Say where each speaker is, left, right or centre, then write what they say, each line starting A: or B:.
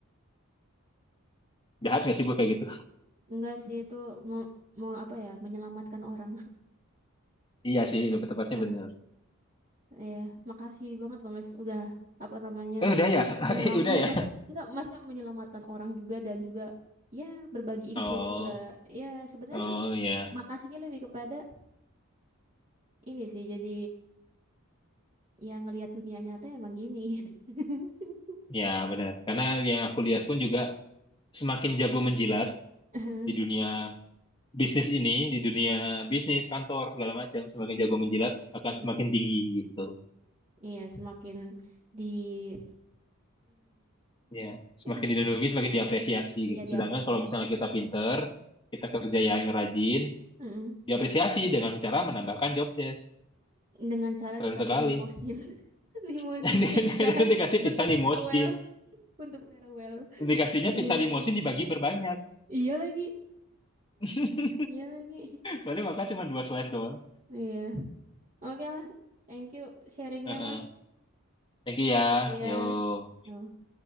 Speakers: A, on the left (about 20°); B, on the right (about 35°).
A: jahat nggak sih gue kayak gitu
B: Enggak sih itu mau mau apa ya, menyelamatkan orang.
A: <laughs> iya sih lebih tepatnya
B: <laughs> Heeh.
A: bener
B: Iya, makasih banget loh Mas udah apa namanya?
A: eh udah ya <laughs>
B: Menyelam
A: Eh, udah
B: iya,
A: ya
B: Masnya enggak Masnya menyelamatkan orang juga dan juga ya berbagi info
A: oh
B: juga. Ya, sebenarnya
A: oh ya
B: makasihnya lebih kepada ini sih jadi ya ngelihat dunia nyata emang gini. <laughs>
A: ya bener karena yang aku lihat pun juga semakin jago menjilat
B: Iya.
A: di
B: <laughs>
A: dunia bisnis ini di dunia bisnis kantor segala macam semakin
B: Mm-mm,
A: jago menjilat akan
B: mm-mm.
A: semakin tinggi gitu
B: Iya, semakin dilindungi.
A: Ya, semakin
B: <laughs>
A: dilindungi semakin diapresiasi
B: Iya,
A: gitu.
B: diapresiasi.
A: Sedangkan kalau misalnya kita pinter, kita kerja yang rajin,
B: Mm-mm.
A: diapresiasi dengan cara menambahkan job desk.
B: Dengan cara
A: Keren
B: dikasih
A: sekali.
B: limosin. <laughs> Limosin
A: <laughs>
B: pizza
A: Nanti dikasih
B: untuk
A: pizza limosin.
B: farewell, untuk farewell.
A: Dikasihnya
B: Iya.
A: pizza limosin dibagi berbanyak.
B: Iya lagi,
A: <laughs>
B: iya lagi.
A: Padahal makan cuma dua slice doang.
B: Iya. Oke lah. Thank you sharingnya,
A: Heeh.
B: Mas.
A: Thank you ya.
B: Oh, Iya.
A: Yo.
B: Yo.